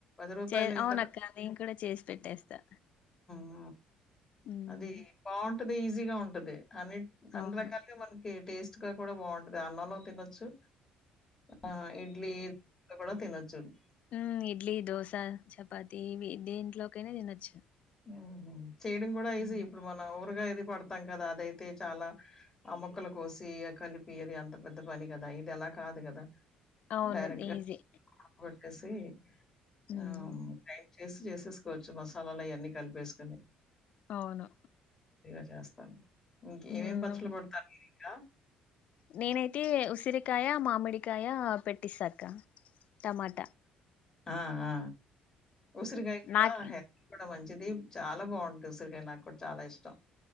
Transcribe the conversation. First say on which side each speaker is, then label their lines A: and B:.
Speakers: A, on the left; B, on the left.
A: రూ.
B: చే
A: ఇంకా
B: అవునక్క నీను కూడా చేసి పెట్టేస్తా
A: ఆ
B: ఉమ్
A: అదిే బా అది ఈజీగా ఉంటది అ అ అని
B: అవును
A: రకాల టేస్ట్ గా కూడా బాగుంటది అన్నంలో తినొచ్చు ఆ ఇడ్లీ కూడా తినో చెప్పు
B: ఉ ఇడ్లీ, దోశ, చపాతి ఇవి దేంట్లోకైనే తినొచ్చు.
A: హుహు. చేయడం కూడా ఈజీ
B: ఉమ్,
A: ఇప్పుడు మన ఊరుగా పడతాం కదా అదైతే చాలా అమ్మక్కలు కోసి కలిపియేది అంత పెద్ద పని కదా ఇది అలా కాదు కదా
B: అవును
A: డైరెక్ట్గా
B: ఈజీ
A: పెట్టేసి
B: ఉమ్
A: ఆ చేసి చేసేసుకోవచ్చు మసాలయన్నీ కలిపేసుకుని
B: అవును
A: ఇగ చేస్తా ఇంక ఏమేం
B: ఉమ్
A: పచ్చలు పడతారు ఇంకా
B: నేనైతే ఉసిరి కాయ, మామిడి కాయ పెట్టిసాకా టమాట
A: ఆ ఆ ఉసిరికాయ కూడా
B: నాకి
A: హ కూడా మంచి ఇది చాలా బాగుంటంది ఉసిరికాయ నాకు కూడా చాలా ఇష్టం.